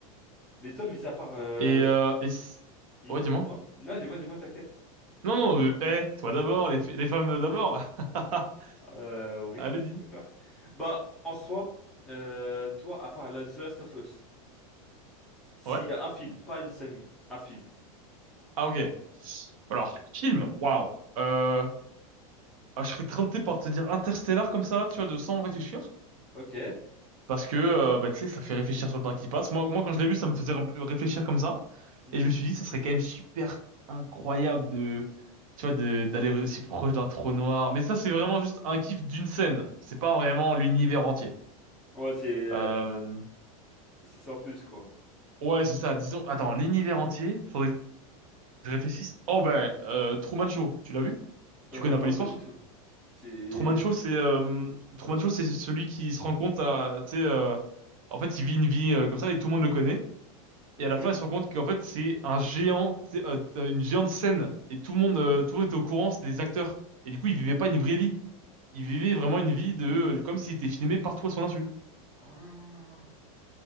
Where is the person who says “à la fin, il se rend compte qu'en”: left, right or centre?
Right